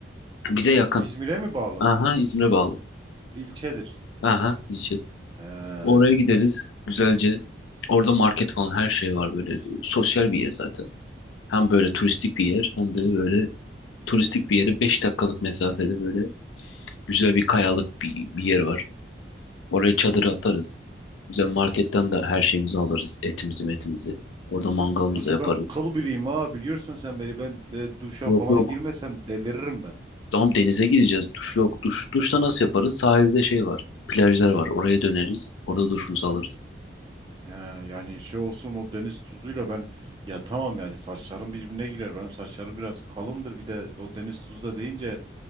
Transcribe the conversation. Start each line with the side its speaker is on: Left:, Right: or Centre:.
Left: Bize yakın.
Right: İzmir'e mi bağlı?
Left: Aha İzmir'e bağlı.
Right: İlçedir.
Left: Aha Düzce.
Right: He.
Left: Oraya gideriz. Güzelce. Orada market falan her şey var böyle. Sosyal bir yer zaten. Hem böyle turistik bir yer hem de böyle turistik bir yere 5 dakikalık mesafede böyle güzel bir kayalık bir, bir yer var. Oraya çadırı atarız. Güzel marketten de her şeyimizi alırız. Etimizi metimizi. Orada mangalımızı
Right: Rozi
Left: yaparız.
Right: ben kıl biriyim ha biliyorsun sen beni ben e, duşa
Left: Yok
Right: falan
Left: yok
Right: girmesem deliririm ben.
Left: Tamam denize gideceğiz. Duş yok. Duş, duşta nasıl yaparız? Sahilde şey var. Plajlar var. Oraya döneriz. Orada duşumuzu alırız.
Right: He, yani şey olsun o deniz tuzuyla ben ya tamam yani saçlarım birbirine girer. Benim saçlarım biraz kalındır bir de o deniz tuzu da deyince